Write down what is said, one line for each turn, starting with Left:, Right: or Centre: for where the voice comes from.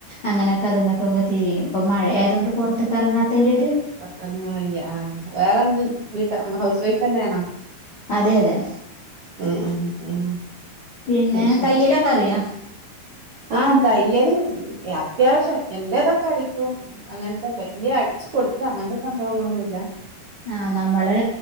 Left: അങ്ങനെ കതുമക്കൊക്കെ തിരിയും ഇപ്പോ മഴ ആയതോണ്ട് പൊറത്ത്ക്കെറങ്ങാത്തതിന്റെ ഒര്
Right: പൊർത്തെറങ്ങാൻ വയ്യ ആഹ് വേറെന്ത് വീട്ട് ഹൗസ് വൈഫ് തന്നേണോ
Left: അതെ അതെ
Right: ഉം ഉം ഉം
Left: പിന്നെ
Right: അത് ശരി
Left: <unintelligible>
Right: ആഹ് തയ്യല് അത്യാവിശ്യം എന്റേതൊക്കെ അടിക്കും അങ്ങൻത്തെ വല്ല്യ അടിച്ചു കൊടുക്ക അങ്ങൻത്തെ സംഭവങ്ങളൊന്നുല്ലാ
Left: ആഹ് നമ്മള്